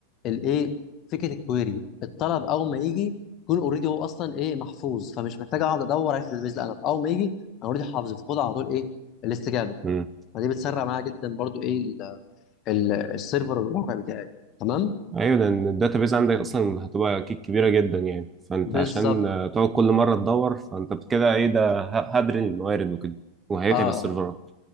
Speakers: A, on the left; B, on the right.
A: الايه فكره الكويري الطلب اول ما يجي يكون اوريدي هو اصلا ايه محفوظ فمش محتاج اقعد ادور عليه في الداتابيز لا انا اول ما يجي انا اوريدي حافظه فخد على طول ايه الاستجابه
B: امم
A: فدي بتسرع معايا جدا برضو ايه ال- ال- السيرفر والموقع بتاعي تمام
B: ايوه لان الداتا بيز عندك اصلا هتبقى اكيد كبيره جدا يعني فانت
A: بالظبط
B: عشان آه، تقعد كل مره تدور فانت كده ايه ده ه- هدري الموارد وكده وهيتعب
A: اه
B: السيرفرات